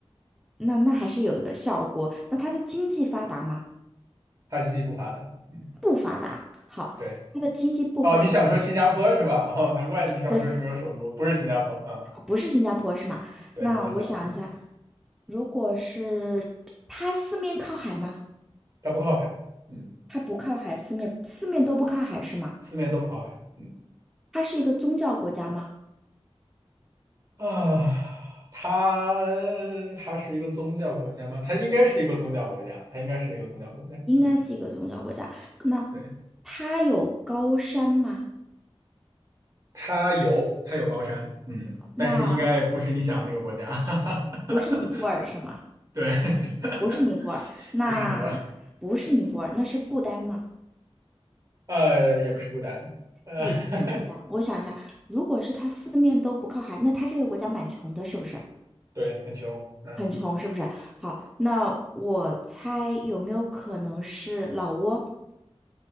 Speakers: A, in the centre; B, on the right.
A: 那那还是有一个小国。那它的经济发达吗？
B: <laughs> 它经济不发达，嗯，
A: 不发，好，
B: 对，
A: 它的经济不发达，
B: 哦，你想说新加坡是吧？哦，难怪你想说又没有首都，
A: 对，
B: 不是新加坡，嗯。
A: 不是新加坡是吗？
B: 对，
A: 那我想一下，
B: 不是峡谷，
A: 如果是它四面靠海吗？
B: 它不靠海，嗯，
A: 它不靠海，四面四面都不靠海是吗？
B: 四面都不靠海，嗯，
A: 它是一个宗教国家吗？
B: 啊，它它是一个宗教国家吗？它应该是一个宗教国家，它应该是一个宗教国家，
A: 应该是一个宗教国家。
B: 嗯，
A: 那
B: 对，
A: 它有高山吗？
B: 它有它有高山，嗯，但是应该不是你想的那个国家，
A: 那
B: <laughs>
A: 不是尼泊尔是吗？
B: 对，
A: 不是尼泊尔，
B: <laughs>
A: 那不是尼泊尔，
B: 不是你们，
A: 那是不丹吗？
B: 呃，也不是不丹，呃，
A: 也不是不丹。我想一下，如果是它四面都不靠海，那它这个国家蛮穷的，是不是？
B: <laughs> 对，很穷，嗯，
A: 很穷，是不是？好，那我猜有没有可能是老挝？